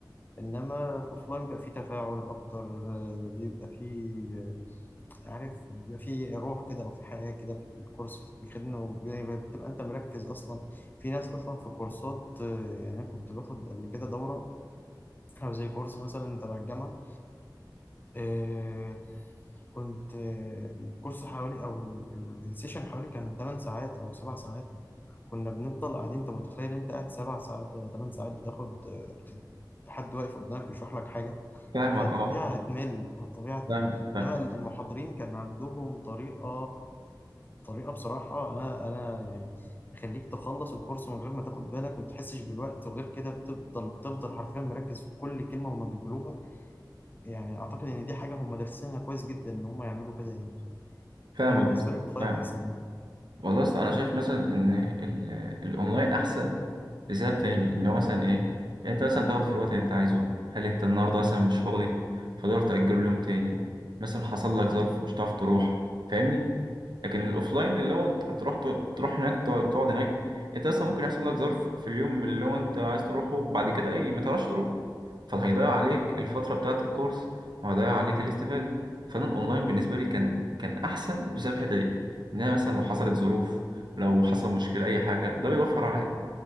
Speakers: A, on the left; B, on the right.
A: إنما الأوفلاين بيبقى فيه تفاعل أكتر آه، بيبقى فيه عارف بيبقى في روح كده او في حياه كده في الكورس بيخدمه بتبقى انت مركز اصلا في ناس اصلا في كورسات آه، يعني انا كنت باخد قبل كده دوره او زي كورس مثلا تبع الجامعه آه، كنت آه، الكورس حوالي او ال- ال- السيشن حوالي كان 8 ساعات او 7 ساعات كنا بنفضل قاعدين انت متخيل انت قاعد سبع ساعات ولا ثمان ساعات بتاخد بت- حد واقف قدامك بيشرح لك حاجة
B: فاهمك
A: فطبيعي
B: اه
A: هتمل طبيعي هتمل
B: فاهمك فاهمك
A: انما المحاضرين كان عندهم طريقة طريقة بصراحة انا انا يعني يخليك تخلص الكورس من غير ما تاخد بالك ما تحسش بالوقت وغير كده بتفضل بتفضل حرفيا مركز في كل كلمة هما بيقولوها يعني اعتقد ان دي حاجة هما دارسينها كويس جدا ان هما يعملوا كده يعني
B: فاهمك
A: فانا بالنسبة
B: يا اسطى.
A: لي الاوفلاين
B: فاهمك
A: احسن يعني.
B: والله أصل أنا شايف مثلا إن ال- الأونلاين أحسن لسبب تاني إن هو مثلا إيه يعني أنت مثلا تاخده في الوقت اللي أنت عايزه هل أنت النهاردة مثلا مش فاضي فتقدر تأجله ليوم تاني مثلا حصل لك ظرف مش هتعرف تروح فاهمني لكن الاوفلاين اللي هو انت تروح تروح هناك تقعد تقعد هناك انت اصلا ممكن يحصل لك ظرف في اليوم اللي هو انت عايز تروحه بعد كده ي- ما تعرفش تروح فهيضيع عليك الفتره بتاعه الكورس وهيضيع عليك الاستفاده فانا الاونلاين بالنسبه لي كان كان احسن بسبب الحته دي ان انا مثلا لو حصلت ظروف لو حصل مشكله اي حاجه ده بيوفر عليا